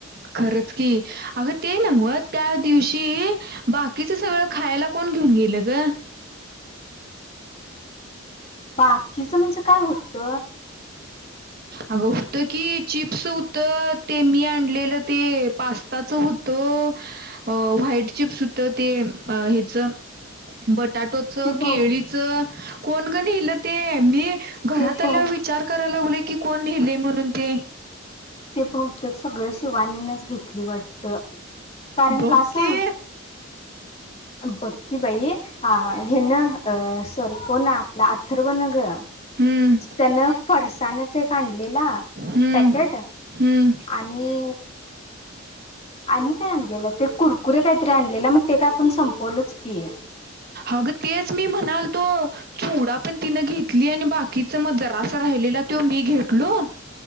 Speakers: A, on the right; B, on the left.
A: खरच की अगं ते न मुळे त्या दिवशी बाकीच सगळं खायला कोण घेऊन गेले. <inaudible>
B: बाकीच म्हणजे काय होत.
A: अगं होत की चिप्स होत ते मी आणलेलं ते पास्ताचं होतं अ व्हाईट चिप्स होतं ते बटा
B: ते बहु
A: केळीच कोण ग नेल ते मी घरात
B: ते
A: आल्या
B: बहु
A: विचार कर लागले की कोण नेले म्हणून ते.
B: ते बहुतेक सगळं शिवानीनच घेतली वाटत. कारण
A: बघ
B: का सांग.
A: की
B: बग की बाई, हा हे न अ सर कोण आपला अथर्व न ग
A: हम्म
B: त्यानं फरसानच एक आणलेला
A: हम्म
B: पॅकेट
A: हम्म
B: आणि आणि काय आणलेलं ते कुरकुरे काहीतरी आणलेलं मग ते काय आपण संपवलंच की.
A: अगं तेच मी म्हणाल तो. सोडा पण तिनं घेतली आणि बाकीच मग जरा अस राहिलेला तो मी घेतलो.